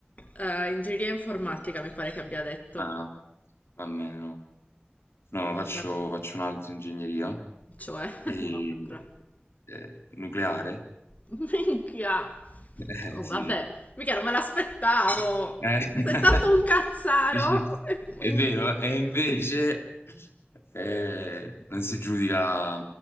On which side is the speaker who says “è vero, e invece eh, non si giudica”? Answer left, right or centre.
Left